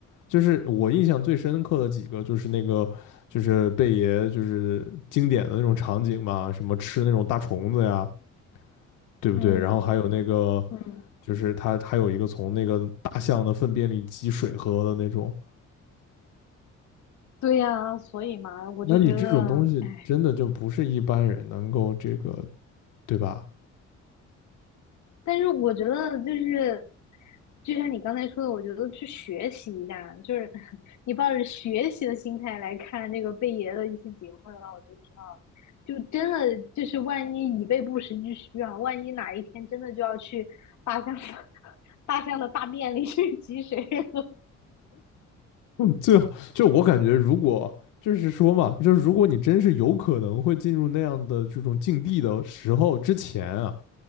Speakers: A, on the left; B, on the left.
A: 就是我印象最深刻的几个，就是那个，就是贝爷，就是经典的那种场景嘛，什么吃那种大虫子呀，对不对？
B: 嗯
A: 然后还有那个
B: 嗯，
A: 就是他还有一个从那个大象的粪便里挤水喝的那种。
B: 对呀，所以嘛，我就觉得哎。
A: 那你这种东西真的就不是一般人能够这个，对吧？
B: 但是我觉得就是，就像你刚才说的，我觉得去学习一下，就是 <laughs> 你抱着学习的心态来看这个贝爷的一些节目的话，我觉得挺好的。就真的就是万一以备不时之需啊，万一哪一天真的就要去大象的 <laughs> 大象的大便里去挤水了
A: 嗯，<laughs> 最好就我感觉，如果就是说嘛，就是如果你真是有可能会进入那样的这种境地的时候之前啊，